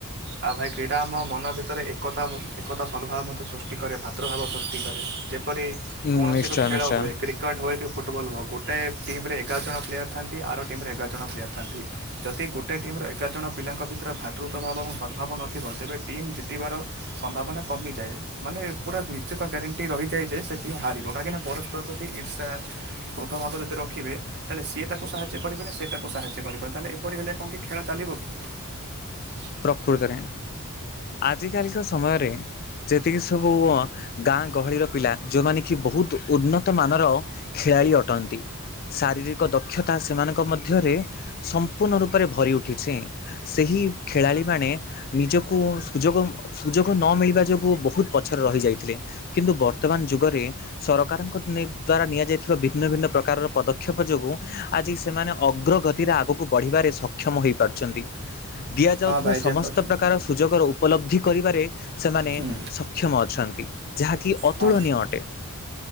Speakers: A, on the right (about 50°); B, on the left (about 40°).
A: ଆଉ ଭାଇ କ୍ରୀଡ଼ା ଆମ ମନ ଭିତରେ ଏକତା ଏକତା ସଦ୍ଭାବ ମଧ୍ୟ ସୃଷ୍ଟି କରେ ଭ୍ରାତୃଭାବ ସୃଷ୍ଟି କରେ ଯେ ପରି
B: ଉଁ
A: କୌଣସି
B: ନିଶ୍ଚୟ
A: ଏକ ଖେଳ
B: ନିଶ୍ଚୟ
A: ହୁଏ କ୍ରିକେଟ ହୁଏ କି ଫୁଟବଲ ହୁଏ ଗୋଟେଏ ଟିମ ରେ ଏଗାର ଜଣ ପ୍ଲେୟାର ଥାନ୍ତି ଆର ଟିମ୍ରେ ଏଗାର ଜଣ ପ୍ଲେୟାର୍ ଥାନ୍ତି ଯଦି ଗୋଟେ ଟିମ୍ର ଏଗାର ଜଣ ପିଲାଙ୍କ ଭିତରେ ଭାତୃତ ଭାବ ଏବଂ <inaudible>
B: ପ୍ରକୃତରେ ଆଜିକାଲିକ ସମୟରେ ଯେତିକି ସବୁ ଗାଁ ଗହଳିର ପିଲା ଯେଉଁମାନେ କି ବହୁତ ଉନ୍ନତମାନର ଖେଳାଳି ଅଟନ୍ତି ଶାରୀରିକ ଦକ୍ଷତା ସେମାନଙ୍କ ମଧ୍ୟରେ ସମ୍ପୂର୍ଣ୍ଣ ରୂପରେ ଭରି ଉଠିଛେ ସେହି ଖେଳାଳିମାନେ ନିଜକୁ ସୁଯୋଗ ସୁଯୋଗ ନ ମିଳିବା ଯୋଗୁଁ ବହୁତ ପଛରେ ରହିଯାଇଥିଲେ କିନ୍ତୁ ବର୍ତ୍ତମାନ ଯୁଗରେ ସରକାରଙ୍କ ଦ୍ଵାରା ନିଆଯାଇଥିବା ଭିନ୍ନ ଭିନ୍ନ ପ୍ରକାରର ପଦକ୍ଷେପ ଯୋଗୁଁ ଆଜି ସେମାନେ ଅଗ୍ରଗତିରେ ଆଗକୁ ବଢ଼ିବାରେ ସକ୍ଷମ ହୋଇପାରୁଛନ୍ତି। ଦିଆଯାଉଥିବା
A: ହଁ ଭାଇ ଯେପରି
B: ସମସ୍ତ ପ୍ରକାର ସୁଯୋଗର ଉପଲବ୍ଧି କରିବାରେ ସେମାନେ
A: ହୁଁ,
B: ସକ୍ଷମ ଅଛନ୍ତି। ଯାହାକି ଅତୁଳନୀୟ
A: ହଁ
B: ଅଟେ।